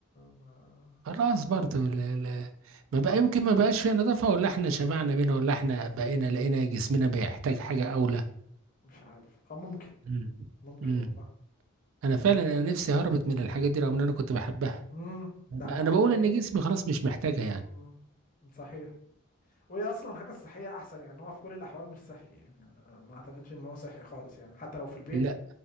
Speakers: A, on the left; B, on the right.
A: ما
B: خلاص برضو لا لا ما بقى يمكن ما بقاش فيها نظافة ولا احنا شبعنا منها ولا احنا بقينا لقينا جسمنا بيحتاج حاجة أولى
A: مش عارف اه ممكن
B: مم.
A: ممكن
B: امم
A: والله
B: انا فعلا انا نفسي هربت من الحاجات دي رغم ان انا كنت بحبها
A: امم ده احنا
B: انا
A: كنا
B: بقول
A: ايه
B: ان جسمي خلاص مش محتاجها يعني
A: امم صحيح وهي اصلا الحاجه الصحيه احسن يعني هو في كل الاحوال مش صحي يعني آه، ما اعتقدش ان هو صحي خالص يعني حتى لو في البيت
B: لا